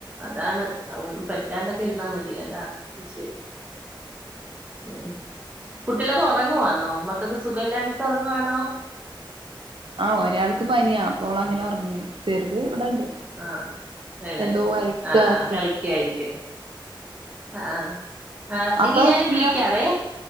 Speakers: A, on the right; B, on the right.
A: അതാണ് ഒന്നും പറ്റാണ്ടൊക്കെ ഇരുന്നാ മതി അതാ വിഷയം ഉം കുട്ട്യളൊക്കെ ഒറങ്ങുവാന്നോ മക്കക്ക് സുഖല്ലേ ട്ടൊറങ്ങുവാണോ
B: ആ ഒരാൾക്ക് പനിയാ അപ്പോളങ്ങനെ ഉറങ്ങീത് ചെറുത് ഇവിടെണ്ട്
A: ആ ഏ
B: എന്തോ വരക്ക
A: ആ
B: ഒക്കെ
A: കളിക്കായിരിക്കും ആ ആ
B: അപ്പൊ
A: എങ്കി ഞാന്
B: എന്നാ
A: വിളിക്കാവേ